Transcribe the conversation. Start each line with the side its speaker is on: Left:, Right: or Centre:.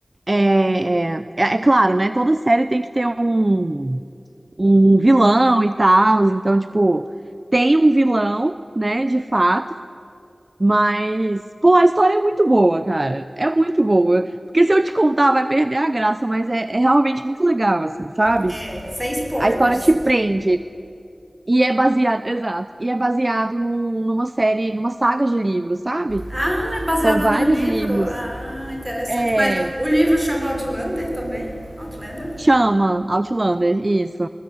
Right: é, é, é claro, né? Toda série tem que ter um, um vilão e tal. Então, tipo, tem um vilão, né, de fato. Mas, pô, a história é muito boa, cara. É muito boa. Porque se eu te contar, vai perder a graça, mas é, é realmente muito legal, assim, sabe?
Centre: É, sem spoilers.
Right: A história te prende. E é baseado, exato. E é baseado num- numa série, numa saga de livros, sabe?
Centre: Ah, é baseado
Right: São vários
Centre: no livro?
Right: livros.
Centre: Ah, interessante.
Right: É,
Centre: Mas o livro chama Outlander também? Outlander?
Right: chama Outlander, isso.